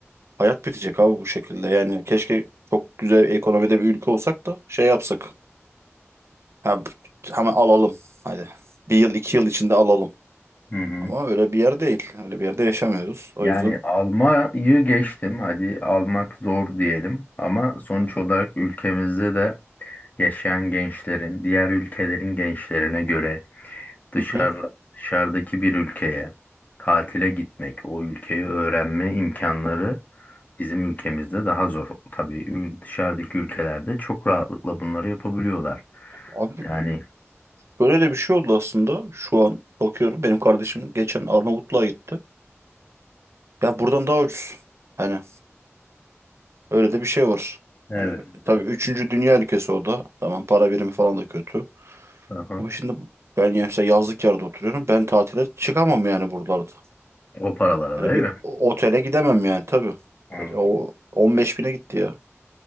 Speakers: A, on the right; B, on the left.
A: Hayat bitecek abi bu şekilde. Yani keşke çok güzel ekonomide bir ülke olsak da şey yapsak. Ha, hemen alalım. Hadi. Bir yıl iki yıl içinde alalım.
B: Hı hı.
A: Ama öyle bir yer değil. Öyle bir yerde yaşamıyoruz. O
B: Yani
A: yüzden.
B: Almanya'yı geçtim. Hadi almak zor diyelim. Ama sonuç olarak ülkemizde de yaşayan gençlerin, diğer ülkelerin gençlerine göre dışarı,
A: Hı hı.
B: dışarıdaki bir ülkeye tatile gitmek, o ülkeyi öğrenme imkanları bizim ülkemizde daha zor. Tabii ül- dışarıdaki ülkelerde çok rahatlıkla bunları yapabiliyorlar.
A: Abi
B: Yani
A: böyle de bir şey oldu aslında. Şu an bakıyorum. Benim kardeşim geçen Arnavutluğa gitti. Ya buradan daha ucuz. Hani öyle de bir şey var.
B: Evet,
A: Hani tabii
B: evet.
A: üçüncü dünya ülkesi o da. Tamam para birimi falan da kötü.
B: Aha.
A: Ama şimdi ben ya- mesela yazlık yerde oturuyorum. Ben tatile çıkamam yani buralarda.
B: o paralara
A: Hani
B: değil
A: bir
B: mi?
A: otele gidemem yani tabii.
B: Evet,
A: E, O 15 bine gitti ya.